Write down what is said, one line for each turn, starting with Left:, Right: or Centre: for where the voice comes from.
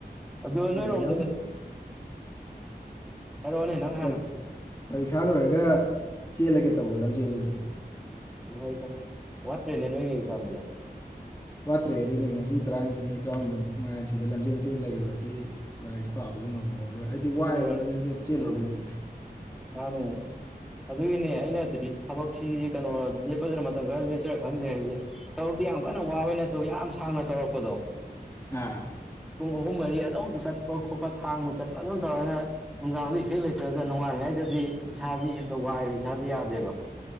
Centre: ꯑ
Left: ꯑꯦꯛꯖꯥꯝ
Centre: ꯑꯣꯅꯔꯣꯝꯗꯒ ꯀꯔꯣꯅꯦ ꯅꯪ ꯍꯥꯏꯅ
Left: ꯀꯔꯤ ꯄꯔꯤꯈꯥ ꯂꯣꯏꯔꯒ ꯆꯦꯜꯂꯒꯦ ꯇꯧꯕ ꯂꯝꯖꯦꯟꯗꯨꯁꯨ
Centre: ꯏꯍꯣꯏꯗ ꯋꯥꯠꯇ꯭ꯔꯦꯅꯦ ꯅꯣꯏꯒꯤ ꯑꯦꯛꯖꯥꯝꯗꯤ
Left: ꯋꯥꯠꯇ꯭ꯔꯦ ꯑꯗꯨꯗꯤꯅꯦ ꯉꯁꯤ ꯇꯔꯥꯅꯤꯊꯣꯏꯅꯤ ꯆꯅꯨꯡꯥꯏ ꯁꯤꯗ ꯂꯝꯖꯦꯟ ꯆꯦ ꯂꯩꯔꯨꯔꯗꯤ ꯂꯥꯏꯔꯤꯛ ꯄꯥꯕꯁꯨ ꯉꯝꯃꯧꯔꯣꯏ ꯍꯥꯏꯗꯤ
Centre: ꯂꯣꯏꯔꯝ
Left: ꯋꯥꯏꯑꯦꯕ ꯂꯝꯖꯦꯟꯁꯦꯜ ꯆꯦꯜꯂꯨꯔꯒꯗꯤ
Centre: ꯎꯝ ꯃꯥꯅꯦ ꯑꯗꯨꯒꯤꯅꯦ ꯑꯩꯅꯗꯤ ꯊꯕꯛꯁꯤ ꯀꯩꯅꯣ ꯂꯦꯞꯄꯗꯨꯅ ꯃꯇꯝ ꯈꯔ ꯂꯦꯞꯆꯔꯥ ꯈꯪꯗꯦ ꯍꯥꯏꯁꯦ ꯊꯕꯛꯇꯤ ꯌꯥꯝ ꯀꯟꯅ ꯋꯥꯕ ꯅꯠꯇꯧ ꯌꯥꯝ ꯁꯥꯡꯅ ꯇꯧꯔꯛꯄꯗꯣ
Left: ꯑ
Centre: ꯄꯨꯡ ꯑꯍꯨꯝ ꯃꯔꯤ ꯑꯗꯨꯝ ꯆꯠꯄ ꯈꯣꯠꯄ ꯊꯥꯡꯕ ꯆꯠꯄ ꯑꯗꯨꯝ ꯇꯧꯔꯒ ꯅꯨꯡꯗꯥꯡꯗ ꯏꯐꯦꯛ ꯂꯩꯇ꯭ꯔꯒ ꯅꯨꯡꯉꯥꯏꯉꯥꯏ ꯁꯤꯗꯗꯤ ꯏꯁꯥꯥꯁ‌ꯦ ꯍꯦꯛꯇ ꯋꯥꯏꯕ ꯏꯁꯥꯁ ꯌꯥꯗꯦꯕ